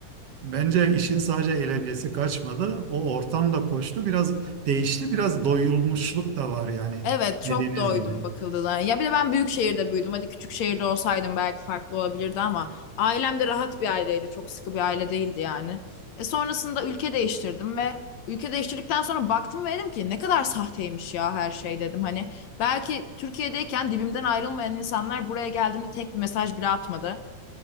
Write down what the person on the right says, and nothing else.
Bence işin sadece eğlencesi kaçmadı. O ortam da koştu. Biraz değişti. Biraz doyulmuşluk da var yani
dediğiniz
gibi.